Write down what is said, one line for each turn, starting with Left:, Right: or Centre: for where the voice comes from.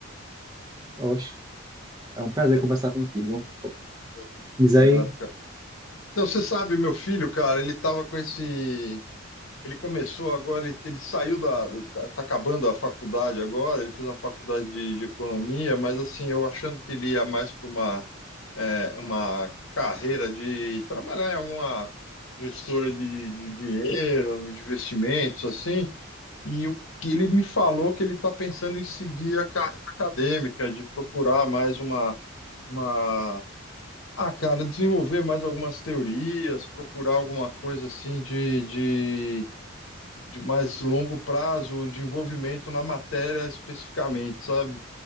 Right: Oxe, é um prazer
Left: É,
Right: conversar contigo.
Left: pô,
Right: Diz
Left: obrigado,
Right: aí?
Left: cara. Então, você sabe, meu filho, cara, ele tava com esse Ele começou agora, ele, ele saiu da, tá, tá acabando a faculdade agora, ele fez uma faculdade de, de economia, mas assim, eu achando que ele ia mais para uma, é, uma carreira de trabalhar em alguma gestora de, de dinheiro, de investimentos, assim, e o que ele me falou que ele está pensando em seguir a carreira acadêmica, de procurar mais uma, uma ah, cara, desenvolver mais algumas teorias, procurar alguma coisa assim de, de mais longo prazo, de envolvimento na matéria especificamente, sabe?